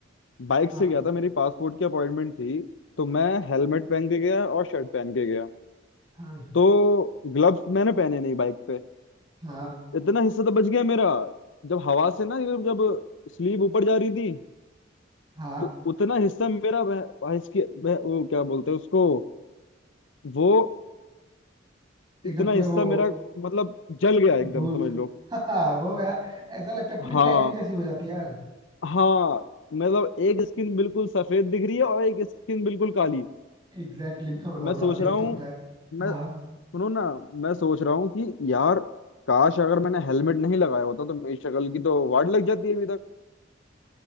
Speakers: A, on the left; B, on the right.
A: बाइक
B: हाँ
A: से गया
B: हाँ
A: था मेरी पासपोर्ट की अपॉइंटमेंट थी तो मैं हेलमेट पहन के गया और शर्ट पहन के गया
B: हाँ
A: तो ग्लव्स मैंने पहने नहीं बाइक पे
B: हाँ
A: इतना हिस्सा तो बच गया मेरा जब हवा से ना ये जब स्लीव ऊपर जा रही थी
B: हाँ
A: तो उतना हिस्सा मेरा वह, वह, इसकी वह, वो क्या बोलते हैं उसको वो
B: एकदम
A: इतना
B: पूरा
A: हिस्सा
B: वो
A: मेरा मतलब जल गया एकदम
B: धूल
A: समझ
B: से
A: लो
B: <laughs> हाँ वो यार ऐसा लगता है पूरी
A: हाँ
B: टैनिंग जैसी हो जाती है यार
A: हाँ मतलब एक स्किन बिल्कुल सफेद दिख रही है और एक स्किन बिल्कुल काली
B: एग्जैक्टली exactly, मैं बताऊँ
A: मैं सोच
B: ना अभी
A: रहा
B: एक
A: हूँ
B: तो पता है
A: मैं
B: हाँ
A: सुनो ना मैं सोच रहा हूँ कि यार काश अगर मैंने हेलमेट नहीं लगाया होता तो मेरी शक्ल की तो वाट लग जाती है अभी तक